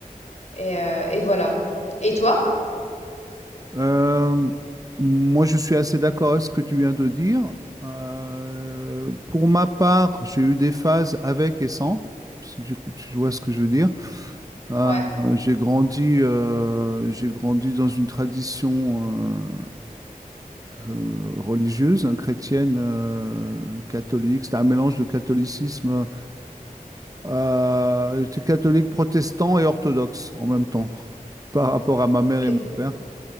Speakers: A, on the left (about 50°); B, on the right (about 25°).
A: et heu et voilà. Et toi?
B: Euh, moi, je suis assez d'accord avec ce que tu viens de dire. Euh, pour ma part, j'ai eu des phases avec et sans, si tu, si tu vois ce que je veux dire. Euh,
A: Ouais,
B: j'ai grandi, euh, j'ai grandi dans une tradition euh, euh, religieuse, hein, chrétienne, euh, catholique. C'était un mélange de catholicisme. euh, j'étais catholique, protestant et orthodoxe en même temps, par rapport à ma mère
A: OK,
B: et mon
A: ouais,
B: père.